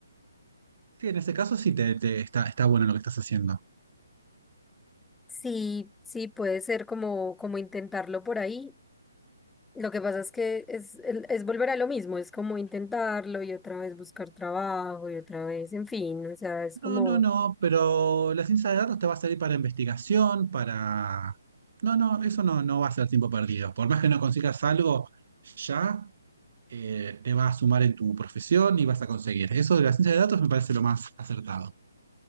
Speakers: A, on the right (about 45°); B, in the centre.
A: Sí, en ese caso sí te, te- está, está bueno lo que estás haciendo.
B: Sí, sí, puede ser como, como intentarlo por ahí. Lo que pasa es que es, el- es volver a lo mismo, es como intentarlo y otra vez buscar trabajo y otra vez, en fin, o sea, es
A: No,
B: como...
A: no, no, pero la ciencia de datos te va a servir para investigación, para... No, no, eso no, no va a ser tiempo perdido. Por más que no consigas algo ya, eh, te va a sumar en tu profesión y vas a conseguir. Eso de la ciencia de datos me parece lo más acertado.